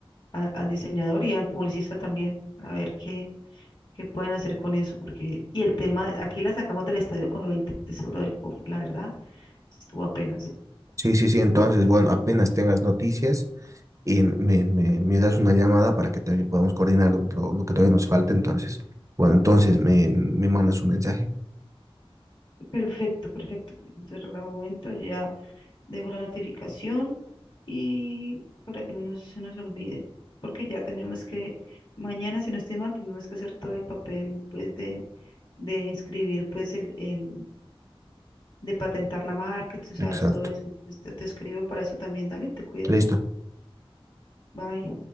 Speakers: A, on the left; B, on the right.
A: a- al diseñador y al publicista también, a ver qué, qué pueden hacer con eso, porque, y el tema, aquí la sacamos del estadio con lo del t- seguro del cofre, la verdad, estuvo apenas.
B: Sí, sí, sí. Entonces, bueno, apenas tengas noticias y me, me, me das una llamada para que también podamos coordinar lo que, lo, lo que todavía nos falta. Entonces, bueno, entonces me, me mandas un mensaje.
A: Perfecto, perfecto. Entonces, en el momento ya dejo la notificación y para que no nos, se nos olvide, porque ya tenemos que, mañana, si no estoy mal, tenemos que hacer todo el papel, pues, de, de inscribir, pues, el, el de patentar la marca, tú sabes
B: Exacto.
A: todo eso. Entonces, te te escribo para eso también, dale, te cuidas.
B: Listo.
A: Bye.